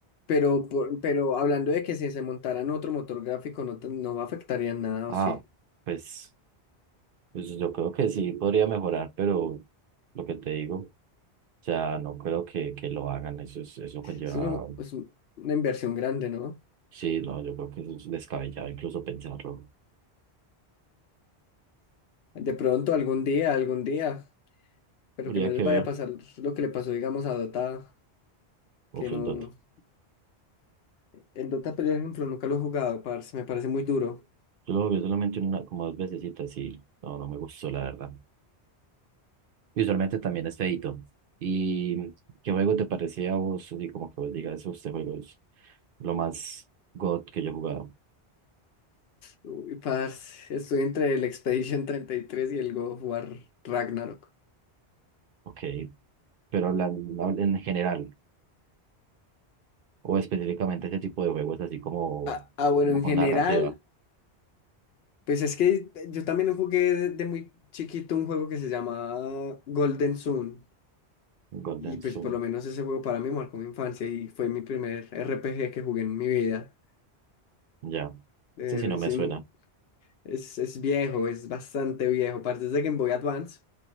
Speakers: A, on the left; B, on the right.
A: Pero, por- pero hablando de que si se montara en otro motor gráfico no, te- no afectaría en nada,
B: Ah,
A: ¿o sí?
B: pues. Pues yo creo que sí podría mejorar, pero lo que te digo, o sea, no creo que, que lo hagan. Eso es, eso conlleva.
A: Es un- es un- una inversión grande, ¿no?
B: Sí, no, yo creo que eso es descabellado incluso pensarlo.
A: De pronto, algún día, algún día, pero
B: Habría
A: que no les
B: que ver.
A: vaya a pasar lo que le pasó, digamos, a Dota, que
B: Uf,
A: no...
B: el Dota.
A: El Dota, pero, por ejemplo, nunca lo he jugado, parce, me parece muy duro.
B: Yo lo jugué solamente una, como dos vecesitas y no, no me gustó, la verdad. Visualmente también es feito. ¿Y qué juego te parecía a vos? Así como que vos digas, este juego es lo más God que yo he jugado.
A: Uy, parce, estoy entre el Expedition 33 y tres y el God of War Ragnarok.
B: Ok, pero hablan- hablan en general. o específicamente este tipo de juegos así como,
A: Ah, ah, bueno,
B: como
A: en
B: con
A: general,
B: narrativa.
A: pues es que yo también jugué de, de muy chiquito un juego que se llama Golden Sun.
B: Golden
A: Y pues
B: Zoom,
A: por lo menos ese juego para mí marcó mi infancia y fue mi primer RPG que jugué en mi vida.
B: ya.
A: Eh,
B: Ese sí
A: recién-
B: no me suena.
A: es, es viejo, es bastante viejo. Parte de Game Boy Advance,